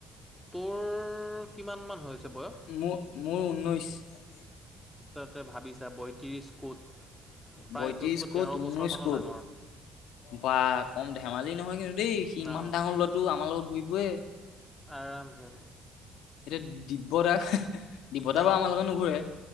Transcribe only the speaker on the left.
মোৰ মোৰ ঊনৈছ।
বয়ত্ৰিশ ক'ত
ঊনৈশ
ক'ত
বা কম ধেমালি নহয় কিন্তু দেই। সি ইমান
ডাঙৰ ল'ৰাটো আমাৰ লগত ঘূৰি ফুৰে।
এতিয়া দিব্যতা দিব্যতা
বা আমাৰ লগত নুঘূৰে